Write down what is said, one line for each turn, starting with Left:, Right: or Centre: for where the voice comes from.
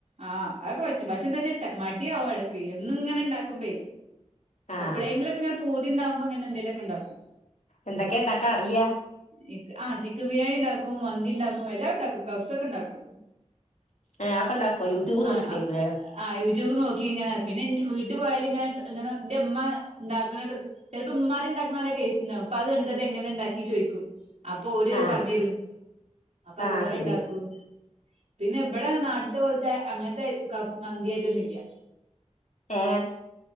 Right: ആഹ് അതക്കെ പറ്റും പക്ഷെ എന്താച്ച്ട്ടാ മടിയാവും എടക്ക് എന്നും ഇങ്ങനെ ഉണ്ടാക്കുമ്പേ
Left: ആഹ്
Right: എപ്പളേങ്കിലൊക്കെ ഇങ്ങനെ പൂതിണ്ടാവുമ്പോ അങ്ങനെ എന്തേലൊക്കെ ഉണ്ടാക്കും
Left: എന്തൊക്കെ ഇണ്ടാക്കാ അറിയാ
Right: എനിക്ക് ആ ചിക്കൻ ബിരിയാണി ഉണ്ടാക്കും മന്തി ഉണ്ടാക്കും എല്ലാം ഉണ്ടാക്കും കബ്സ ഒക്കെ ഉണ്ടാക്കും
Left: ഏഹ് അതൊക്കെ ഉണ്ടാക്കോ യൂട്യൂബ്
Right: ആഹ്
Left: നോക്കിട്ടേയ്ക്കും
Right: അ
Left: ല്ലേ
Right: ആഹ് യൂട്യൂബ് നോക്കി ഇങ്ങനെ പിന്നെ ന്റെ വീട്ട് പോയാല് ഇങ്ങനെ ഇങ്ങനെ എന്റെ ഉമ്മ ഉണ്ടാക്കണ ട്രി ചെലപ്പൊ ഉമ്മാര് ഇണ്ടാക്കണ നല്ല ടേസ്റ്റ്ണ്ടാവും അപ്പ അത് കണ്ടിട്ട് അത് എങ്ങനെ ഉണ്ടാക്കി ചോയ്ക്കും. അപ്പൊ ഓര്
Left: ആഹ്
Right: പറഞ്ഞു തരും അപ്പൊ അതുപോലെ
Left: ആഹ് ശരി
Right: ഉണ്ടാക്കും. പിന്നെ ഇബടെ നാട്ട്ത്തെ പോലത്തെ അങ്ങൻത്തെ കാഫ് മന്തി അരി ഒന്നില്ല
Left: ഏഹ്